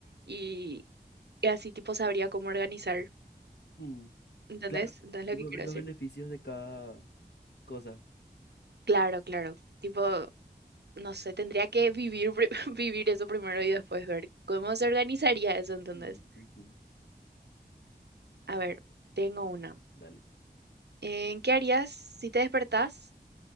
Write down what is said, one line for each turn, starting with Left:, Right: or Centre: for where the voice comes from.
Right: Y, y así, tipo, sabría cómo organizar.
Left: Mm,
Right: ¿Entendés?
Left: claro,
Right: ¿Entendés
Left: tipo
Right: lo que quiero
Left: ver
Right: decir?
Left: los beneficios de cada cosa.
Right: Claro, claro. Tipo, no sé, tendría que vivir, pri- <laughs> vivir eso primero y después ver cómo se organizaría eso, entonces.
Left: Mm, ujú,
Right: A ver,
Left: sí,
Right: tengo una.
Left: Dale.
Right: Eh, ¿qué harías si te despertás